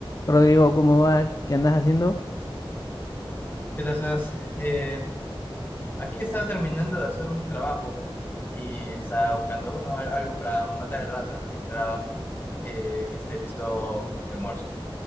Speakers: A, on the left; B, on the left.
A: Rodrigo, ¿cómo va? ¿Qué andas haciendo?
B: ¿Qué tal, Sebas? Eh, aquí estaba terminando de hacer un trabajo y estaba buscando, bueno, al- algo para matar el rato en lo que esperaba eh, que esté listo mi almuerzo.